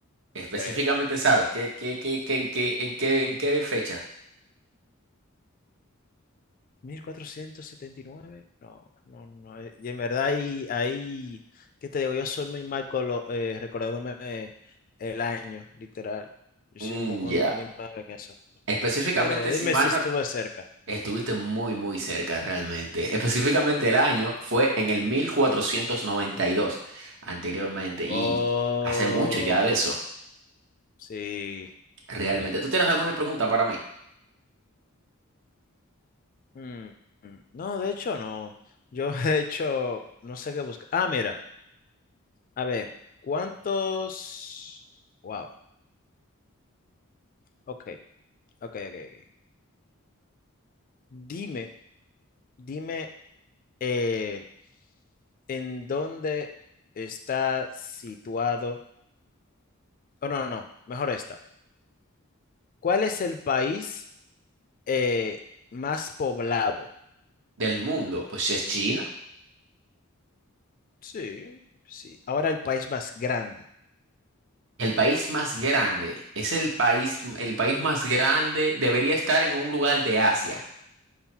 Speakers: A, on the right; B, on the left.
A: Específicamente,
B: creo.
A: ¿sabes? ¿Qué, qué, qué, qué, en qué, en qué, en qué fecha?
B: mil cuatrocientos setenta y nueve no, no, no. eh, Y en verdad ahí, ahí, ¿qué te digo? Yo soy muy mal con lo- eh, recordándome eh, el año, literal. Yo
A: Mm,
B: soy muy,
A: ya.
B: muy malo en eso.
A: Específicamente,
B: Pero dime
A: si mal
B: si estuve
A: no...
B: cerca.
A: Estuviste muy, muy cerca realmente. Específicamente el año fue en el 1492 anteriormente, y
B: Oh,
A: hace mucho ya de eso,
B: sí.
A: realmente. ¿Tú tienes alguna pregunta para mí?
B: Mm, mm. No, de hecho no. Yo <laughs> de hecho no sé qué buscar. Ah, mira, a ver, ¿cuántos? Wow. Ok, ok, ok, ok. Dime, dime. eh, ¿En dónde está situado? Oh, no, no, no, mejor esta. ¿Cuál es el país eh, más poblado?
A: Del mundo, pues si es china
B: Sí, sí. Ahora el país más grande.
A: El país más grande, es el país, el país más grande, debería estar en un lugar de Asia,